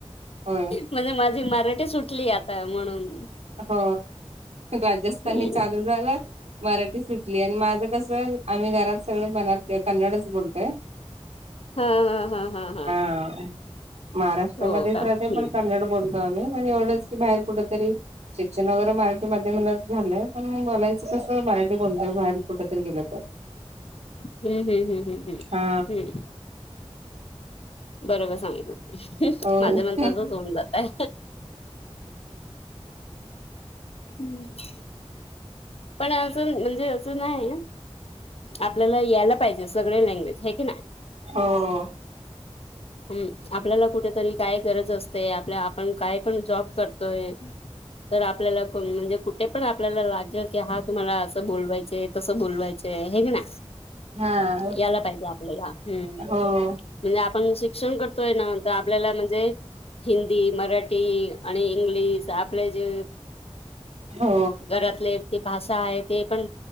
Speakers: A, on the right (about 85°); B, on the left (about 65°).
A: हो
B: म्हणजे माझी मराठी सुटली आता म्हणून
A: हो राजस्थानी
B: हम्म
A: चालू झालं मराठी सुटली आणि माझ कस आम्ही घरात सगळे मराठी कन्नडच बोलतोय
B: हा हा हा हा हा
A: ह महाराष्ट्रमध्येध्येच
B: हो का
A: राहते
B: हम्म
A: पण क्ड बोलतो आम्ही म एवढंच की बाहेर कुठ तरी शिक्षण वगैरे मराठी माध्यमला झालंय पण बलायचं कसं मराठी बोलतोय बाहेर कुठेतरी गेलं तर
B: हम्म हम्म हम्म हम्म
A: हा
B: हम्म हम्म बरोबर सांगित
A: होय
B: माझ्या मण्रचाच होऊन जातय हम्म पण अं म्हणजे असं नाही आपल्याला यायला पाहिजे सगळे लँग्वेज आहे की नाही
A: हो
B: हम आपल्याला कुठेतरी काय गरज असते आपल्या आपण काय पण जॉब करतोय तर आपल्याला म्हणजे कुठ ते पण आपल्याला लागेल की हा तुम्हाला असं बोलवायच तसं बोलवायचंय हेंग ना
A: हा.
B: यायला पाहिजे आपल्याला हम्म
A: हो.
B: म्हणजे आपण शिक्षण करतोय नांत आपल्याला म्हणजे हिंदी मराठी आणि इंग्लिश आपले जे
A: हो
B: घरातले ते भाषा आहे ते पण